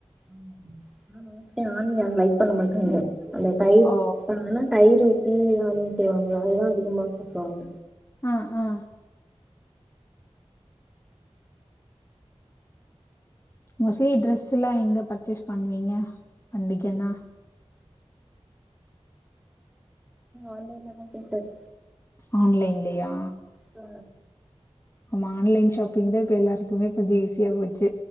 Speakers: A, in the centre; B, on the left.
A: ம் ம் <inaudible> ஆனியன லைக் பண்ண மாட்டாங்க அந்த தயிர்
B: ஓ
A: ஆனா தயிர் உத்தி ஆனியன் செய்வாங்கல அவங்க தா அதிகமா சாப்டுவாங்க
B: ஆ ஆ மோஸ்ட்லி டிரெஸ் எல்லா எங்க பர்ச்சேஸ் பண்ணுவீங்க பண்டிகன்னா
A: ஆன்லைன்ல தா சிஸ்டர்
B: ஆன்லைன்லையா
A: உ
B: நம்ம ஆன்லைன் ஷாப்பிங் தா இப்ப எல்லாருக்குமே கொஞ்சம் ஈஸியா போச்சு